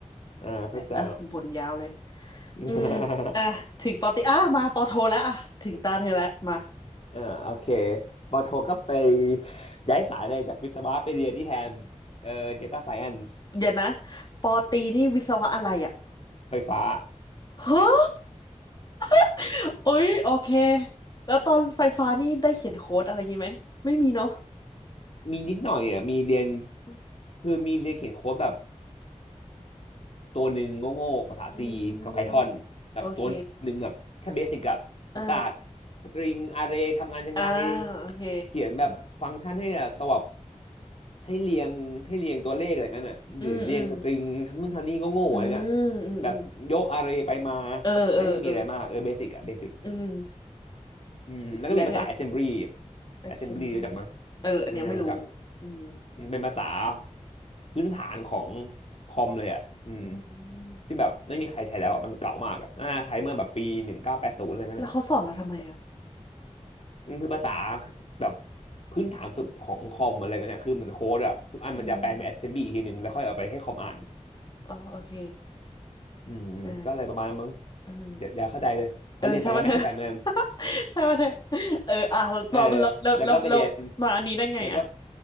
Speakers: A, on the left; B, on the left.
A: อ่าเข้าใจ
B: นั่นแหละอ่ะบ่นยาวเลย
A: <laughs>
B: อืมอ่ะถึงปอตีอ่ะมาปอโทแล้วอ่ะถึงตาเธอแล้วมา
A: อ่าโอเคปอโทก็ไปย้ายสายเลยจากวิศวะไปเรียนที่แฮมเออเดต้าไซเอนซ์
B: เดี๋ยวนะปอตีนี่วิศวะอะไรอ่ะ
A: ไฟฟ้า
B: ฮะ <laughs> โอ้ยโอเคแล้วตอนไฟฟ้านี่ได้เขียนโค้ดอะไรงี้ไหมไม่มีเนาะ
A: มีนิดหน่อยอ่ะมีเรียน
B: อืม
A: คือมีเรียนเขียนโค้ดแบบตัวหนึ่งโง่ๆภาษา
B: อื
A: C กับ
B: ม
A: Python แบบตัวหนึ่งแบบแค่เบสิกอะประกาศ
B: โอเคเออ
A: สตริงอาร์เรย์ทำงานยังไง
B: อ่าโอเค
A: เขียนแบบฟังก์ชันให้อะสวับให้เรียงให้เรียงตัวเลขอะไรเงี้ยน่ะหรือเรียงสตริงทำนู่นทำนี่โง่ๆอะไรเงี้ย
B: อืมอืมอืมอืมอืม
A: แบบยกอาร์เรย์ไปมา
B: เออเออเออ
A: ไม่ได้มีอะไรมากเออเบสิกอะเบสิก
B: อืม
A: อืมแล้วก็มีภาษา
B: แล้วไง
A: assembly
B: assembly
A: assembly รู้จักมั้ย
B: เอออันเนี้ยไม่รู้
A: ไม่น่ารู้จัก
B: อืม
A: มันเป็นภาษาพื้นฐานของคอมเลยอ่ะอืม
B: อืม
A: ที่แบบไม่มีใครใช้แล้วอ่ะ มันเก่ามากอ่ะน่าใช้เมื่อแบบปีหนึ่งเก้าแปดศูนย์อะไรเงี้ยเนี่ย
B: แล้วเขาสอนเราทำไมอ่ะ
A: มันคือภาษาแบบพื้นฐานสุดของคอมอะไรเงี้ยเนี่ยคือเหมือนโค้ดอ่ะ ทุกอันมันจะแปลเป็น
B: อืม
A: assembly อีกทีหนึ่งแล้วค่อยเอาไปให้คอมอ่าน
B: อ๋อโอเค
A: อืมก็อะไรประมาณนั้นมั้ง
B: เอออืม
A: เดี๋ยวเดี๋ยวเข้าใจเลยพอเรียนไปยังไม่เข้าใจเหมือนกัน
B: เออใช่ว่าเธอ <laughs> ใช่ <laughs> ว่าเธอเอออ่ะเราเราเราเราเรามาอันนี้ได้ไงอ่ะ
A: เออแล้วก็ไปเรียน แล้วก็